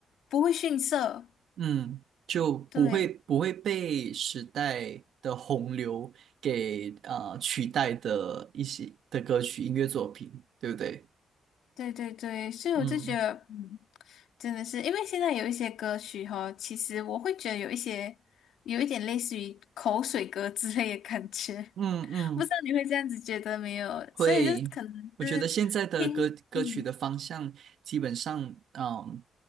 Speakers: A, on the left; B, on the right.
A: 不会逊色。
B: 嗯，就不会不会被时代的洪流给呃取代的一些的歌曲音乐作品，
A: 对，
B: 对不对？
A: 对对对对，所以我就觉得，
B: 嗯
A: 嗯，真的是因为现在有一些歌曲哈，其实我会觉得有一些有一点类似于口水歌之类的感觉。
B: 嗯嗯，
A: 不知道你会这样子觉得没有？
B: 会，
A: 所以就可能是听，
B: 我觉得现在的歌歌曲的方向基本上，
A: 嗯
B: 嗯，